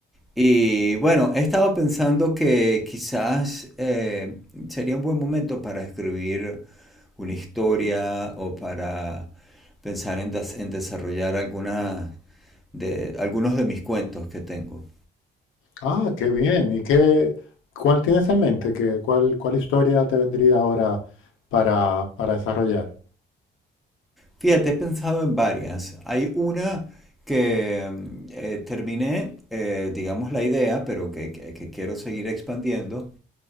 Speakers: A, in the centre; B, on the left (about 85°).
A: Y bueno, he estado pensando que quizás eh, sería un buen momento para escribir una historia o para pensar en, des- en desarrollar alguna de, algunos de mis cuentos que tengo.
B: Ah, qué bien. ¿Y qué, cuál tienes en mente? ¿Qué, cuál, cuál historia te vendría ahora para, para desarrollar?
A: Fíjate, he pensado en varias. Hay una que mm, eh, terminé, eh, digamos, la idea, pero que, que- que quiero seguir expandiendo,